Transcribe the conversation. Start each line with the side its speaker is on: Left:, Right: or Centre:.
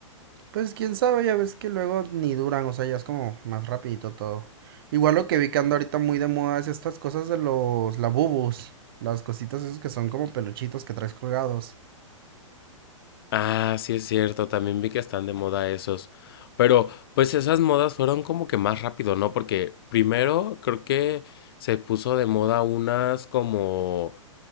Right: Pues quién sabe, ya ves que luego ni duran, o sea, ya es como más rapidito todo. Igual lo que vi que anda ahorita muy de moda es estas cosas de los labubus, las cositas esas que son como peluchitos que traes colgados.
Left: Ah, sí es cierto, también vi que están de moda esos. Pero pues esas modas fueron como que más rápido, ¿no? Porque primero creo que se puso de moda unas como